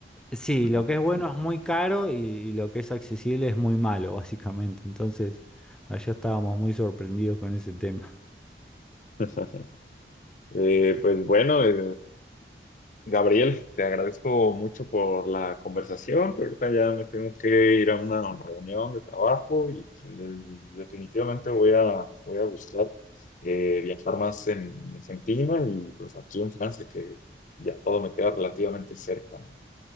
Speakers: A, in the centre; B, on the left.
A: Sí,
B: Ajá.
A: lo que es bueno es muy caro y, y lo que es accesible es muy malo, básicamente. Entonces, allá estábamos muy sorprendidos con ese tema.
B: <laughs> Eh, pues bueno, eh, Gabriel, te agradezco mucho por la conversación, pero ahorita ya me tengo que ir a una reunión de trabajo y mm, definitivamente voy a, voy a buscar eh, viajar más en Argentina y pues aquí en Francia, que ya todo me queda relativamente cerca.